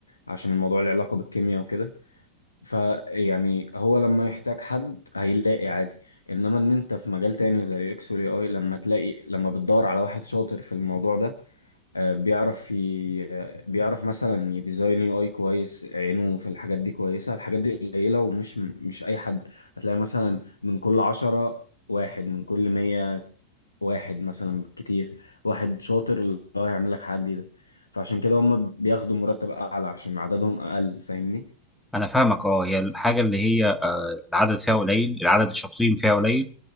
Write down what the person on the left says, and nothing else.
عشان الموضوع له علاقه بالكيمياء وكده فيعني هو لما يحتاج حد هيلاقي عادي انما ان انت في مجال تاني زي الاكس والاي اي لما تلاقي لما بتدور على واحد شاطر في الموضوع ده آه، بيعرف ي... آه، بيعرف مثلا يديزاين يو اي كويس عينه في الحاجات دي كويسة الحاجات دي قليلة ومش مش أي حد هتلاقي مثلا من كل عشرة واحد من كل مية واحد مثلا كتير واحد شاطر اللي هو هيعمل لك حاجة جديدة فعشان كده هم بياخدوا مرتب أعلى عشان عددهم أقل فاهمني؟